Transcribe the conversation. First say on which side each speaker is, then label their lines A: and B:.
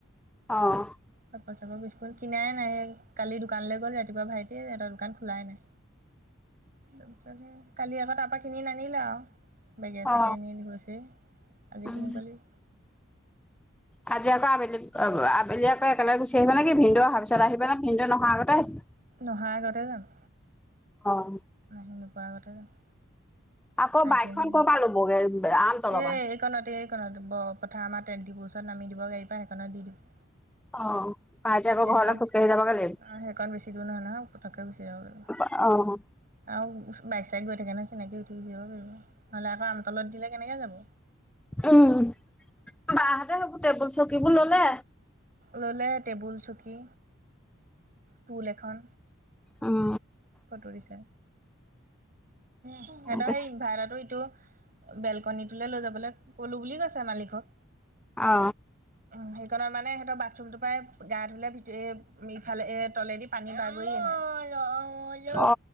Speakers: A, in the centre; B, on the right.
A: অ',
B: চাপৰ চাপৰ বিস্কুট কিনাই নাই। কালি দোকানলৈ গ'ল ৰাতিপুৱা ভাইটি সিহঁতৰ দোকান খোলাই নাই। ত <inaudible> পিছ কালি আকৌ তাৰপৰা কিনি নানিলা আৰু বেগে চেগে
A: অ
B: নি <inaudible> আজি
A: উম
B: কিনিব লাগিব
A: আজি আকৌ আবেলি অ আবেলি আকৌ একেলগে গুচি আহিবা নে কি? ভিনদেউ অহাৰ পিছত আহিব নে, ভিনদেউ নহাৰ আগতে আহিবা।
B: নহাৰ আগতে যাম।
A: অহ',
B: আহি নোপোৱাৰ আগতে যাম।
A: আকৌ
B: ভাইটিয়ে
A: বাইকখন
B: লৈ আহিব।
A: ক'ৰ পৰা ল'বগে আমতলৰ
B: এ
A: পৰা
B: এইকণতে, কাৰণ বৈ পথাৰ আমাৰ তেলডিপু ওচৰত নামি দিব গাড়ীৰ পৰা সেইখনত দি দিব
A: অ ভাইটি আকৌ
B: তেতিয়া
A: ঘৰলৈ
B: সেইকণ
A: খোজকাঢ়ি যাবগে লাগিব
B: সেইকণ বেছি দূৰ নহয় নহয় মই পটককে গুচি আহিব পাৰিম।
A: অহ',
B: আৰু বাইক চাইক গৈ থাকে নহয় চিনাকি উঠি যাব পাৰিব। নহ'লে আকৌ আমতলত দিলে কেনেকে যাব।
A: উম' বাহতে সেইবোৰ টেবুল চকীবোৰ ল'লে?
B: ল'লে টেবুল, চকী, টোল এখন
A: উম
B: ফটো দিছে। সিহঁতৰ
A: দে
B: সেই ইনভাৰটাৰটো এইটো বেলকনীটোলৈ লৈ যাবলৈ ক'লো বুলি কৈছে। মালিকক
A: অ
B: উ' সেইকাৰণে মানে সিহঁতৰ বাথৰুম টোৰ পৰাই গা ধুলে ভিতৰি ইফালে এ তলেদি পানী বাগৰি আহিছে।
A: অ